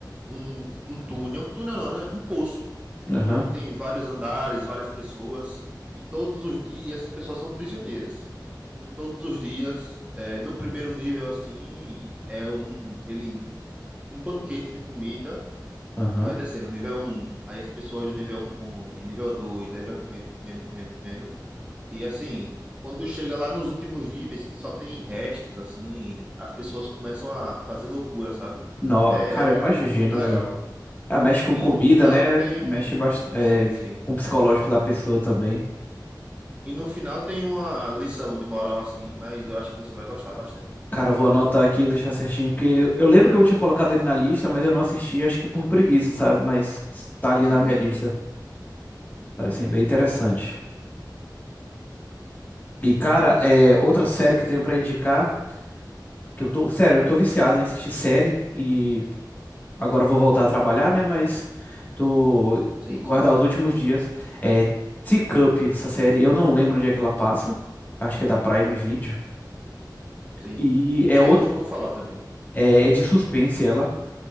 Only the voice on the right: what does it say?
um, um túnel. Túnel não, né? Um poço
que tem vários andares, várias pessoas, e todos os e essas pessoas são prisioneiras. E todos os dias, é, no primeiro nível assim, é um ele um banquete de comida
vai descendo, nível um aí as pessoas do nível um comem, nível 2 aí vai comendo, comendo, comendo, comendo. E assim, quando chega lá nos últimos níveis, que só tem restos, assim, as pessoas começam a fazer loucura, sabe?
É,
é muito,
muito legal.
E
no final
tem
um.
Sim, sim.
E no final tem uma lição de moral assim, mas eu acho que você vai gostar bastante.
Sim,
sim.
Sim,
sim.
Sim.
Essa
aí eu nunca ouvi falar também.